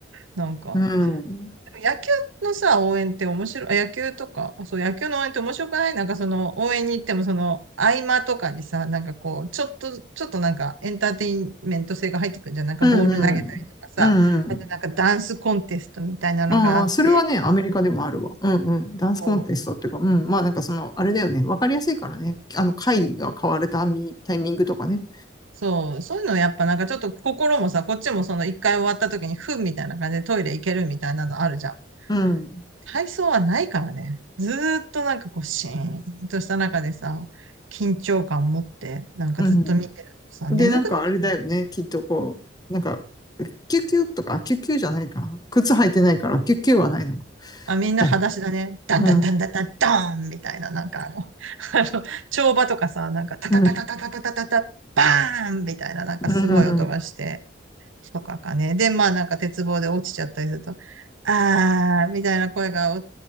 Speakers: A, on the right; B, on the left.
A: なんか、
B: <laughs> うん。
A: 野球のさ、応援って面白い、あ野球とか、あそう、野球の応援って面白くないなんかその、応援に行ってもその、合間とかにさ、なんかこう、ちょっと、ちょっとなんか、エンターテインメント性が入ってくるんじゃん。なんかボール投げたりとかさ、
B: うんうん。うんうん。
A: あとなんかダンスコンテストみたいなのがあって、
B: ああ、それはね、アメリカでもあるわ。うんうん。ダンスコンテストっていうか、
A: そう、
B: うん。まあなんかその、あれだよね。わかりやすいからね。あの、会が変わるタイミンタイミングとかね。
A: そう、そういうのやっぱなんかちょっと心もさ、こっちもその、一回終わった時に、ふんみたいな感じでトイレ行けるみたいなのあるじゃん。
B: うん。
A: 体操はないからね。ずーっとなんかこう、シーンとした中でさ、緊張感持って、なんかずっと見てるとさ、
B: うん。で、
A: 眠くなってくるの。
B: なんかあれだよね。きっとこう、なんか、キュキュとか、キュキュじゃないか。靴履いてないから、キュキュはないのか。
A: あ、みんな裸足だね。
B: はい。
A: ダンダンダンダンダンダーンみたいな、
B: うん。
A: なんかあの、<laughs> あの、跳馬とかさ、なんかタタタタタタタタタタ、
B: うん。
A: バーンみたいな、なんかすごい音がして、
B: うん。
A: とかかね。で、まあなんか鉄棒で落ちちゃったりすると、あーみたいな声がお